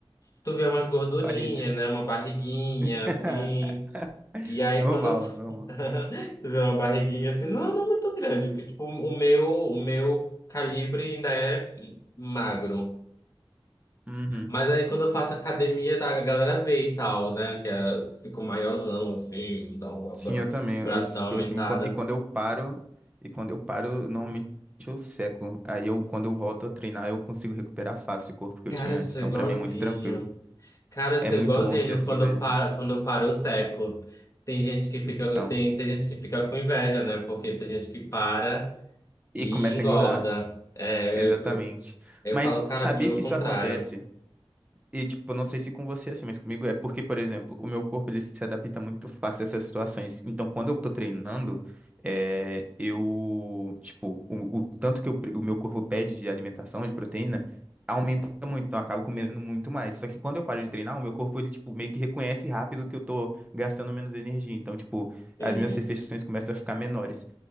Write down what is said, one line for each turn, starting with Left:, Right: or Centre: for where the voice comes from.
Left: Tu vê umas gordurinhas,
Right: palito.
Left: né? Uma barriguinha,
Right: <laughs>
Left: assim. E aí
Right: Normal,
Left: quando eu f-
Right: normal.
Left: <laughs> tu vê uma barriguinha assim, não, não muito grande, porque tipo, o meu, o meu calibre ainda é magro.
Right: Uhum.
Left: Mas aí quando eu faço academia, tá, a galera vê e tal, né? Que é, fico maiorzão, assim, dá um abra-
Right: Sim, eu também.
Left: o braço
Right: Eu sou
Left: dá uma aumentada.
Right: assim, quan- e quando eu paro, e quando eu paro, normalmente eu seco. Aí eu, quando eu volto a treinar, eu consigo recuperar fácil o corpo que
Left: Cara,
Right: eu tinha
Left: eu sou
Right: antes. Então,
Left: igualzinho.
Right: pra mim é muito tranquilo.
Left: Cara, eu
Right: É
Left: sou
Right: muito
Left: igualzinho
Right: bom ser assim,
Left: quando
Right: velho.
Left: eu paro, quando eu paro, eu seco. Tem gente que fica,
Right: Então,
Left: tem, tem gente que fica com inveja, né? Porque tem gente que para.
Right: e
Left: e
Right: começa
Left: engorda.
Right: a engordar.
Left: É,
Right: Exatamente.
Left: eu, eu
Right: Mas
Left: falo, cara,
Right: sabia
Left: comigo
Right: que
Left: é o contrário.
Right: isso acontece? E, tipo, não sei se com você é assim, mas comigo é porque, por exemplo, o meu corpo ele se adapta muito fácil a essas situações. Então, quando eu tô treinando, é, eu, tipo, o, o tanto que eu pre- o meu corpo pede de alimentação, de proteína, aumenta muito. Então, eu acabo comendo muito mais. Só que quando eu paro de treinar, o meu corpo, ele, tipo, meio que reconhece rápido que eu tô gastando menos energia. Então, tipo,
Left: Sim.
Right: as minhas refeições começam a ficar menores.